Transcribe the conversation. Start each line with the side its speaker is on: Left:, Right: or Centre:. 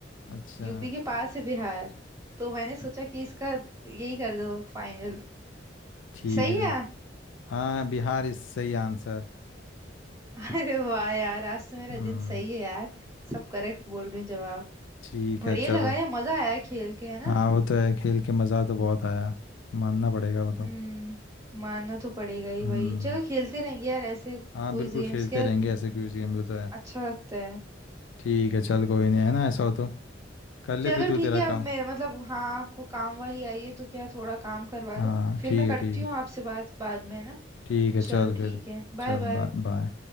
Left: अच्छा
Right: यूपी के पास है बिहार तो मैंने सोचा कि इसका यही कर दो फाइनल
Left: ठीक
Right: सही
Left: है
Right: है
Left: हाँ बिहार इस सही आंसर
Right: <laughs> अरे वाह यार आज तो मेरा
Left: हम्म
Right: दिन सही है यार सब करेक्ट बोल रही हूँ जवाब
Left: ठीक
Right: बढ़िया
Left: है चलो
Right: लगा यार मजा आया खेल के है ना
Left: हाँ वो तो है खेल के मज़ा तो बहुत आया मानना पड़ेगा वो तो
Right: हम्म मानना तो पड़ेगा ही
Left: हम्म
Right: वही चलो खेलते रहेंगे यार ऐसे
Left: हाँ
Right: क्विज
Left: बिल्कुल
Right: गेम्स
Left: खेलते
Right: क्या
Left: रहेंगे ऐसे क्विज गेम भी तो है
Right: अच्छा लगता है
Left: ठीक है चल कोई नहीं है ना ऐसा हो तो कर ले
Right: चलो
Left: फिर तू
Right: ठीक
Left: तेरा
Right: है अब
Left: काम
Right: मैं मतलब हाँ को काम वाली आई है तो क्या थोड़ा काम करवा
Left: हाँ
Right: लूँ फिर
Left: ठीक
Right: मैं करती
Left: है ठीक
Right: हूँ आपसे बात बाद में ना
Left: ठीक है
Right: चलो
Left: चल फिर
Right: ठीक है बाय
Left: चल
Right: बाय
Left: बाय बाय